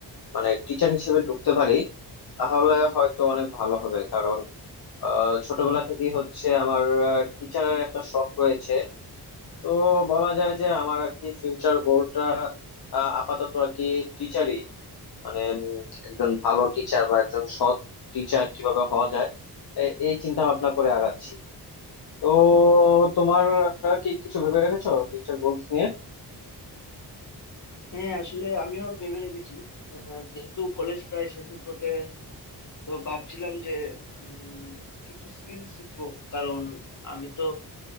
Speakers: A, on the left; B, on the left.
A: মানে টিচার হিসেবে ঢুকতে পারি তাহলে হয়তো অনেক ভালো হবে কারণ আহ, ছোটবেলা থেকেই হচ্ছে আমার টিচারের একটা শখ রয়েছে তো বলা যায় যে আমার আর কি ফিউচার গোলটা আপাতত আর কি টিচারই মানে উম, একজন ভালো টিচার বা একজন সৎ টিচার কিভাবে হওয়া যায় এ- এই চিন্তা ভাবনা করে আগাচ্ছি তো তোমার আহ, কি কিছু ভেবে রেখেছো ফিউচার গোলস নিয়ে
B: হ্যাঁ আসলে আমিও ভেবে রেখেছি আহ, যেহেতু কলেজ প্রায় শেষের পথে তো ভাবছিলাম যে উম, কিছু স্কিল শিখবো কারণ আমি তো